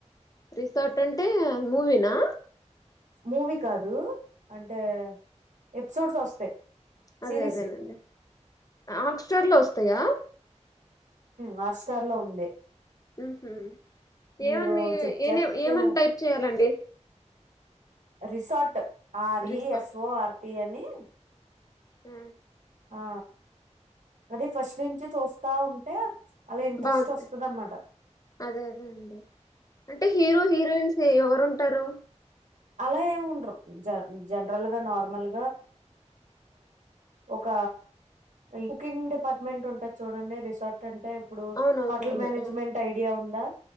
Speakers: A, on the left (about 30°); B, on the right (about 85°).
A: రిసార్ట్ ఉంటే మువినా
B: మూవీ కాదు అంటే ఎపిసోడ్స్ వస్తాయి సిరీస్
A: అదే అదేనండి ఆక్స్ఫర్డ్ లో వస్తాయా
B: హాట్స్టర్ లో ఉంది
A: ఉహు
B: మీరు
A: ఏమన్నీ
B: చెక్ చేస్తే
A: ఏ ఏమన్నా టైప్ చేయాలండి
B: resort R E
A: resort
B: S O R T అని
A: హ
B: ఆ అది ఫస్ట్ నుంచి చూస్తా ఉంటే అలా ఇంట్రెస్ట్
A: బాగుంటాయి
B: వస్తది అన్నమాట
A: అదే అదే అండి అంటే హీరో హీరోయిన్స్ ఎవరు ఉంటారు
B: అల ఏ ఉండ్రు జ జనరల్ గా నా నార్మల్ ఒక కుకింగ్ డిపార్ట్మెంట్ ఉంటుంది చూడండి రిసార్ట్ అంటే ఇప్పుడు
A: అవునవునవును
B: హోటల్ మేనేజ్మెంట్
A: ఆ
B: ఐడియా ఉందా